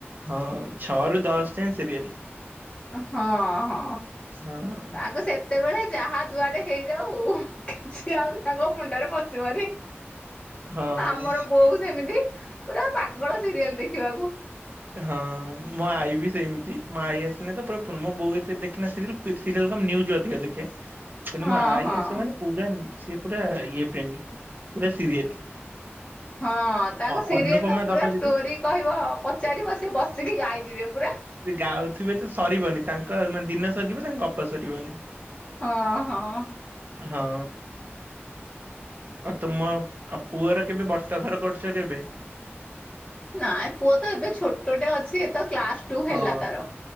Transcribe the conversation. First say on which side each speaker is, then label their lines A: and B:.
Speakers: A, on the right; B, on the left.
A: ହଁ ଛଅ ରୁ ଦଶ ଯାଏଁ ସିରିଏଲ୍।
B: ହଁ ହଁ
A: ହଁ।
B: ତାଙ୍କୁ ସେତେବେଳେ ଯାହା ଯୁଆଡେ ହେଇଯାଉ। କିଛି ଆଉ ତାଙ୍କ ମୁଣ୍ଡରେ ପଶିବନି
A: ହଁ
B: ଆମର ବୋଉ ସେମିତି। ପୁରା ପାଗଳ ସିରିଏଲ୍ ଦେଖିବାକୁ।
A: ହଁ ମୋ ଆଈ ବି ସେମିତି ମୋ ଆଈ ଆସିନି ତ ପୁରା ବୋଉ ଏତେ ଦେଖନା ସିରି ସିରିୟଲ କମ୍ ନ୍ୟୁଜ୍ ଅଧିକ ଦେଖେ। କ
B: ହଁ
A: ମୋ ଆଇ
B: ହଁ।
A: ଆସ ମାନେ ପୁର ସି ପୁରା ଇଏ ପ୍ରେମୀ ପୁରା ସିରିଏଲ।
B: ହଁ ତାଙ୍କୁ
A: ଅ
B: ସିରିଏଲ
A: ଅନୁପମା
B: ପୁରା
A: ଦବ
B: ଷ୍ଟୋରି
A: ଯଦି
B: କହିବ ପଚାରିବ ସିଏ ବସିକି ଗାଇଯିବେ ପୁରା।
A: ସେ ଗାଉଥିବେ ତ ସରିବନି ତାଙ୍କ ମାନେ ଦିନ ସରିିବ ତାଙ୍କ ଗପ ସରିବନି।
B: ହଁ ହଁ।
A: ହଁ। ଆଉ ତୁମ ଆ ପୁଅର କେବେ ବର୍ତ୍ତାଘର କରୁଛ କେବେ?
B: ନାଇଁ ପୁଅ ତ ଏବେ ଛୋଟଟେ ଅଛି ଏ ତ କ୍ଲାସ ଟୁ
A: ହଁ।
B: ହେଲା ତାର